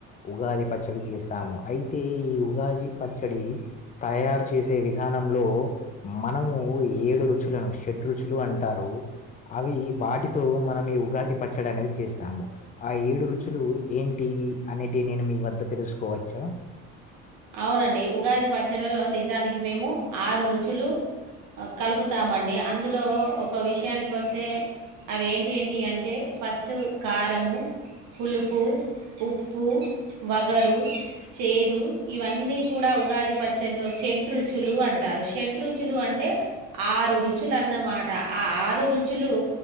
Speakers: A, on the left; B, on the right.
A: ఉగాది పచ్చడి చేస్తాము అయితే ఈ ఉగాది పచ్చడి తయారు చేసే విధానంలో మనము ఏడు రుచులను షెడ్ రుచులు అంటారు అవి వాటితో మనం ఈ ఉగాది పచ్చడి అనేది చేస్తాము ఆ ఏడు రుచులు ఏంటివి అనేటివి నేను మీ వద్ద తెలుసుకోవచ్చా
B: అవునండి ఉగాది పచ్చడిలో నిజానికి మేము ఆరు రుచులు కలుపుతామండి అందులో ఒక విషయానికి వస్తే అవి ఎంటి ఏంటి వి అంటే ఫస్ట్ కారము పులుపు ఉప్పు వగరు చేదు ఇవన్నీ కూడా ఉగాది పచ్చడ్లో షడ్ రుచులు అంటారు షడ్ రుచులు అంటే ఆరు రుచులున్నమాట ఆరు రుచులు